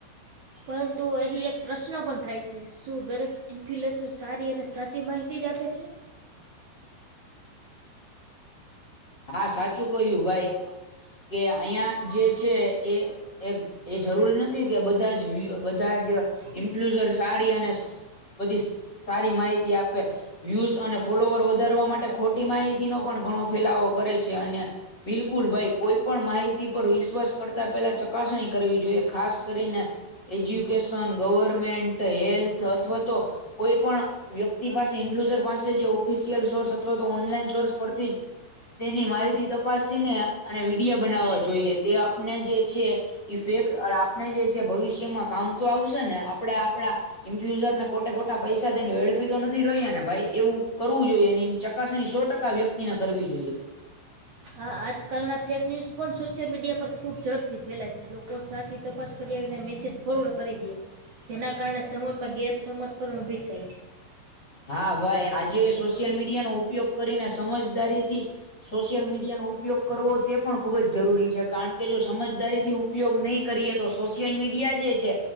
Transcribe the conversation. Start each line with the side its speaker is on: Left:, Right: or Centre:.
Right: પરંતુ અહી એક પ્રશ્ન પણ થાય. શું દરેક ઇન્ફલેસન સારી અને સાચી માહિતી આપે જ છે.
Left: હા સાચું કહ્યું ભાઈ કે અહિયા જે છે એ. એક એ જરૂરી નથી કે બધા જ બધા જ ઇમ્પ્લઝર સારી અને બધી સારી માહિતી આપે. વ્યુઝ અને ફોલોવર વધારવા માટે ખોટી માહિતી નો પણ ઘણો ફેલાવો કરે છે અને બિલકુલ ભાઈ કોઈ પણ માહિતી પર વિશ્વાસ કરતા પેલા ચકાસણી કરવી જોઈએ ખાસ કરીને. એજ્યુકેશન ગવર્મેન્ટ હેલ્થ અથવા તો કોઈ પણ વ્યક્તિ પાસે ઇન્ક્લુઝર પાસે જે ઓફિશિયલ સોર્સ અથવા તો ઓનલાઈન સોર્સ પરથી તેની માહિતી તપાસી ને અને વિડીયો બનાવવા જોઈએ તે આપણે જે છે. એ ફેક અ આપણે જે છે ભવિષ્યમાં કામ તો આવશે ને આપણે આપણા ઇન્ફ્યુઝર ને ખોટે ખોટા પૈસા દેને વેડફી તો નથી રોયા ને ભાઈ એવું કરવું જોઈએ એની ચકાસણી સો ટકા વ્યક્તિને કરવી જોઈએ.
Right: હા આજકાલના ફેક ન્યૂઝ પણ સોશિયલ મીડિયા પર ખુબ ઝડપથી ફેલાય છે લોકો સાચી તપાસ કરી આવીને મેસેજ ફોરવડ કરી દે જેના કારણે સમજમાં ગેરસમજ પણ ઉભી થાય છે.
Left: હા ભાઈ આજે સોશિયલ મીડિયાનો ઉપયોગ કરીને સમજદારી થી સોશિયલ મીડિયા નો ઉપયોગ કરવો તે પણ ખુબ જ જરૂરી છે કારણ કે જો સમજદારી થી ઉપયોગ નહીં. કરીએ તો સોશિયલ મીડિયા જે છે.